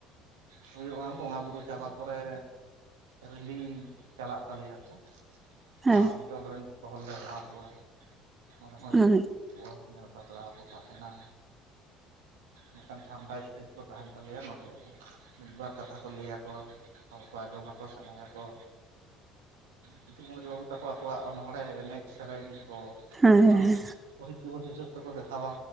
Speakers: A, on the right; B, on the right.
A: ᱦᱩᱭᱩᱜᱼᱟ ᱵᱚᱸᱜᱟ ᱵᱩᱨᱩ ᱪᱟᱵᱟ ᱯᱚᱨᱮ ᱨᱮᱞᱤᱝ ᱪᱟᱞᱟᱜ ᱛᱟᱞᱮᱭᱟ ᱠᱚ᱾ ᱱᱚᱣᱟ
B: ᱦᱮᱸ
A: ᱚᱧᱪᱚᱞ ᱨᱮᱱ ᱡᱚᱛᱚ ᱦᱚᱲᱞᱮ ᱦᱚᱦᱟᱣ ᱠᱚᱣᱟ᱾ ᱚᱸᱰᱮ ᱦᱚᱸ <unintelligible>
B: ᱟᱪᱪᱷᱟ
A: ᱨᱟᱹᱠᱟᱹ ᱧᱮᱞ ᱯᱟᱛᱲᱟ ᱠᱚ ᱛᱟᱦᱮᱱᱟ ᱢᱤᱫᱴᱟᱝ ᱪᱷᱟᱢᱰᱟ ᱥᱴᱮᱡᱽ ᱠᱚ ᱛᱟᱦᱮᱱ ᱛᱟᱞᱮᱭᱟ ᱱᱚᱰᱮ ᱢᱤᱫᱵᱟᱨ ᱠᱟᱛᱷᱟ ᱠᱚ ᱞᱟᱹᱭᱟ ᱠᱚᱣᱟ᱾ ᱦᱚᱲ ᱠᱚ ᱟᱸᱡᱚᱢᱟᱠᱚ ᱥᱮᱬᱟᱭᱟᱠᱚ ᱠᱤᱪᱷ ᱢᱟᱹᱭ ᱵᱟᱹᱵᱩ ᱛᱟᱠᱚ ᱟᱠᱚᱣᱟᱜ ᱚᱱᱚᱲᱦᱮᱸ ᱮᱱᱮᱡ᱾ ᱥᱮᱨᱮᱧ ᱠᱚ
B: ᱦᱮᱸ
A: ᱱᱚᱣᱟ ᱥᱚᱦᱤᱛ ᱫᱤᱵᱚᱥ ᱦᱤᱥᱟᱹᱵᱽ ᱛᱮᱠᱚ ᱫᱮᱠᱷᱟᱣᱟ᱾